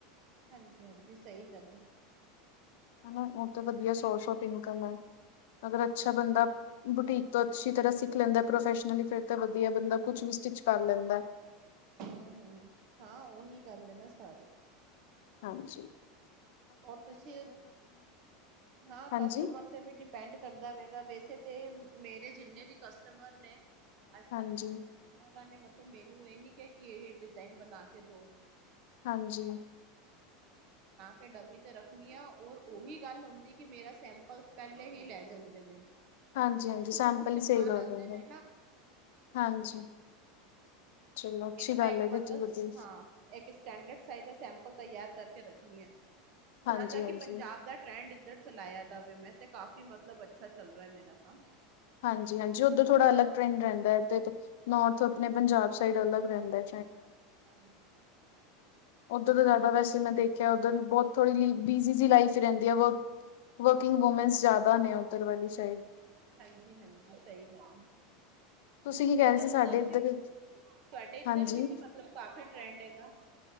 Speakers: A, on the right; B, on the left.
A: ਹਾਂਜੀ ਹਾਂਜੀ ਸਹੀ ਗੱਲ ਹੈ।
B: ਹੈਨਾ ਬਹੁਤ ਵਧੀਆ ਸੋਰਸ ਔਫ ਇਨਕਮ ਐ। ਅਗਰ ਅੱਛਾ ਬੰਦਾ ਬੁਟੀਕ ਤੋਂ ਅੱਛੀ ਤਰ੍ਹਾਂ ਸਿੱਖ ਲੈਂਦਾ ਹੈ, ਪ੍ਰੋਫੈਸ਼ਨਲੀ ਫੇਰ ਤਾਂ ਵਧੀਆ ਬੰਦਾ ਕੁੱਛ ਵੀ। ਸਟਿਚ ਕਰ ਲੈਂਦਾ ਹੈ।
A: ਹੂੰ ਹੂੰ ਹਾਂ ਉਹੀ ਕਰਨੇ ਨੇ ਸਾਰੇ।
B: ਹਾਂ ਜੀ।
A: ਔਰ ਤੁਸੀਂ ਉੱਥੇ। ਹਾਂ
B: ਹਾਂਜੀ
A: ਕਸਟਮਰ ਤੇ ਵੀ ਡਿਪੈਂਡ ਕਰਦਾ ਹੈਗਾ ਵੈਸੇ। ਤੇ ਮੇਰੇ ਜਿੰਨੇ ਵੀ ਕਸਟਮਰ ਨੇ। ਅੱਜ
B: ਹਾਂਜੀ
A: ਤੱਕ ਮੇਰੇ ਕਸਟਮਰਾਂ ਨੇ ਮਤਲਬ ਮੈਨੂੰ। ਮੈ ਇਹ ਨੀ ਕਿਹਾ ਕਿ ਇਹ ਡਿਜ਼ਾਇਨ ਬਣਾ ਕੇ ਦੋ।
B: ਹਾਂਜੀ
A: ਮੈਂ ਡਮੀ ਤੇ ਰੱਖਣੀ ਆ ਔਰ ਉਹੀ ਗੱਲ ਹੁੰਦੀ ਕਿ ਮੇਰਾ ਸੈਂਪਲ ਪਹਿਲੇ ਹੀ ਲੈ ਜਾਂਦੇ ਨੇ।
B: ਹਾਂਜੀ-ਹਾਂਜੀ
A: ਉਹ
B: ਸੈਂਪਲ
A: ਸੂਟ ਸਿਲਵਾਨ
B: ਹੀ ਸੇਲ ਹੋ
A: ਆਉਂਦੇ
B: ਜਾਂਦਾ
A: ਨੇ।
B: ਹਾਂਜੀ। ਚਲੋ ਅੱਛੀ
A: ਇੱਕ ਨਾ
B: ਗੱਲ
A: ਇੱਕ
B: ਹੈ
A: ਮਤਲਬ
B: ਦੀਦੀ ਵਧੀਆ
A: ਹਾਂ। ਇੱਕ ਸਟੈਂਡਰਡ ਸਾਈਜ ਦਾ ਸੇ ਸੈਪਲ ਤਿਆਰ ਕਰਕੇ ਰੱਖਣੀ ਹੈ।
B: ਹਾਂਜੀ-ਹਾਂਜੀ।
A: ਥੋੜਾ ਜਿਹਾ ਕਿ ਪੰਜਾਬ ਦਾ ਟਰੈਂਡ ਇੱਧਰ ਚਲਾਇਆ ਦਾ ਮੈਂ। ਤੇ ਕਾਫੀ ਮਤਲਬ ਅੱਛਾ ਚੱਲ ਰਿਹਾ ਹੈ ਮੇਰਾ ਕੰਮ।
B: ਹਾਂ ਜੀ ਹਾਂ ਜੀ ਉੱਧਰ ਥੋੜਾ ਅਲੱਗ ਟਰੈਂਡ ਰਹਿੰਦਾ ਹੈ ਤੇ ਨੌਰਥ ਆਪਣੇ ਪੰਜਾਬ ਸਾਈਡ ਅਲੱਗ। ਰਹਿੰਦਾ
A: ਹਾਂ ਜੀ ਹਾਂ ਜੀ।
B: ਉੱਥੇ ਤਾਂ ਜ਼ਿਆਦਾ ਵੈਸੇ ਮੈਂ ਦੇਖਿਆ। ਬਹੁਤ ਥੋੜ੍ਹੀ ਬਿਜੀ ਜੀ ਲਾਈਫ ਰਹਿੰਦੀ ਆ। ਵਰਕਿੰਗ ਵੂਮੈਂਨਸ ਜਿਆਦਾ ਨੇ ਉੱਧਰ। ਉੱਤਰ ਵਾਲੀ ਸਾਈਡ।
A: ਹਾਂ ਜੀ ਹਾਂ ਜੀ ਸਹੀ ਗੱਲ ਆ
B: ਤੁਸੀਂ ਕੀ
A: ਵੈਸੇ
B: ਕਹਿ ਰਹੇ ਸੀ
A: ਉਧਰ
B: ਸਾਡੇ ਇੱਧਰ
A: ਵੀ। ਤੁਹਾਡੇ ਇੱਧਰ
B: ਹਾਂਜੀ।
A: ਵੀ ਤੇ ਮਤਲਬ ਕਾਫੀ ਟਰੈਂਡ ਹੈਗਾ।